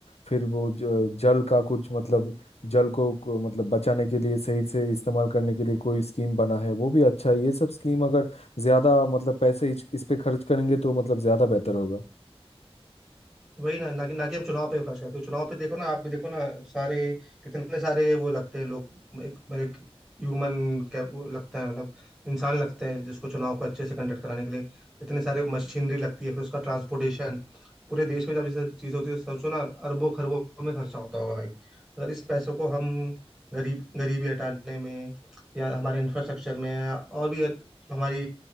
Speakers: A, on the left; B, in the centre.
A: फिर वो ज- जल का कुछ मतलब जल को, को मतलब बचाने के लिए सही से इस्तेमाल करने के लिए कोई स्कीम बना है वो भी अच्छा है ये सब स्कीम अगर ज्यादा मतलब पैसे इस इस पे खर्च करेंगे तो मतलब ज्यादा बेहतर होगा
B: वही ना ना कि ना कि हम चुनाव पे खर्च करते क्योंकि चुनाव पे देखो ना आप भी देखो ना सारे कितने सारे वो लगते हैं लोग एक, एक ह्यूमन कैप वो लगता है मतलब इंसान लगते हैं जिसको चुनाव को अच्छे से कंडक्ट कराने के लिए इतने सारे मशीनरी लगती है फिर उसका ट्रांसपोर्टेशन पूरे देश में जब ये सब चीज़ होती है सोचो ना अरबों खरबों में खर्चा होता होगा भाई अगर इस पैसों को हम गरीब गरीबी हटाने में या हमारे इंफ्रास्ट्रक्चर में या और भी हमारी